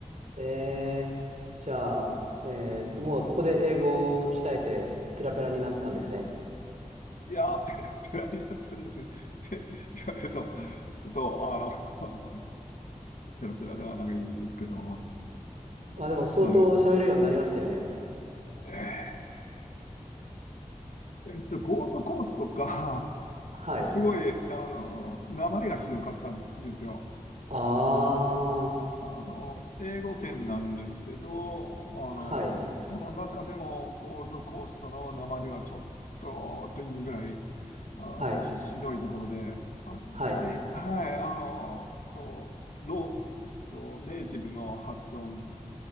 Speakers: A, on the right (about 65°); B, on the left (about 75°).
A: えー、じゃあ、えーっと、もうそこで英語を鍛えてペラペラになったんですね。
B: いやー、ペラペラになったんですね。って言われると、ちょっと、あの、<laughs> ペラペラではないんですけど、
A: まあでも相当喋るようになりましたよね。
B: はい。えっと、ゴールドコーストとか、
A: はい。
B: すごい、あの、訛りがひどかったんですよ。
A: ああ、
B: あの、英語圏なんですけど、あの、
A: はい、
B: その中でもゴールドコーストの訛りはちょっとっていうぐらい、あの、
A: はい、
B: ひどいところで、あんまり、
A: はい。
B: はい、あの、と、ロー、うんと、ネイティブの発音